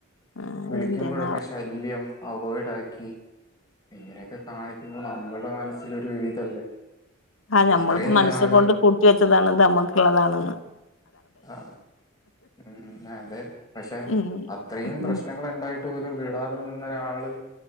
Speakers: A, on the left; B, on the left.
A: ആഹ്
B: വിളിക്കുമ്പോഴൊക്കെ
A: എന്തെന്നാവോ
B: ശല്യം അവോയിഡ് ആക്കി ഇങ്ങനെയൊക്കെ കാണിക്കുമ്പോൾ നമ്മളുടെ മനസ്സിലൊരു ഇതല്ലേ
A: ആഹ് നമ്മളിപ്പോ
B: അത്രയും
A: മനസ്സ്
B: നാള്
A: കൊണ്ട് കൂട്ടി വെച്ചതാണ് ഇത് നമ്മുക്കുള്ളതാണെന്ന്
B: ആ ഉം അതെ പക്ഷെ
A: ഉം
B: അത്രയും പ്രശ്നങ്ങള്
A: ഉം
B: ഉണ്ടായി ട്ടു പോലും വിടാതെ നിന്ന ഒരാള്